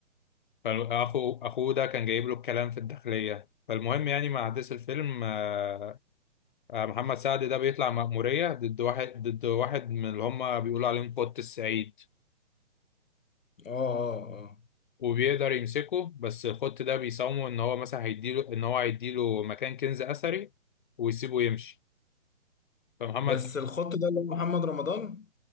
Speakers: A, on the left; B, on the left.
A: فأخو أخوه ده كان جايب له الكلام في الداخلية فالمهم يعني مع أحداث الفيلم آه، آه، محمد سعد ده بيطلع مأمورية ضد واحد ضد واحد من اللي هما بيقولوا عليهم خط السعيد
B: اه اه اه
A: وبيقدر يمسكه بس الخط ده بيساومه إن هو مثلا هيديله إن هو هيديله مكان كنز أثري ويسيبه يمشي فمحمد
B: بس الخط ده اللي هو محمد رمضان